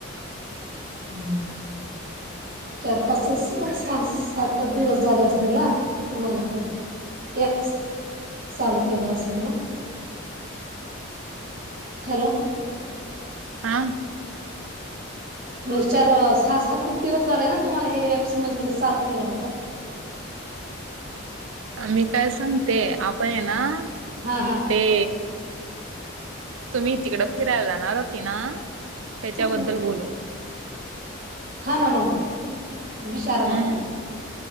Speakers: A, on the right; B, on the right.
A: <inaudible> चार पाच सात-सा- सात दिवस झाले असतील ना तुम्हाला हे? <unintelligible> चालू केलं असेल ना? हॅलो.
B: हा.
A: म्हणजे चार सहा सात च दिवस झाले ना? तुम्हाला हे ऍप्स म्हणजे चालू केलं होत.
B: <inaudible> मी काय सांगते, आपण हे ना
A: हा हा
B: ते. तुम्ही तिकडं फिरायला जाणार होती ना, त्याच्याबद्दल
A: कुठं
B: बोलू.
A: हा ना मग. विचारा ना
B: हम्म
A: तू.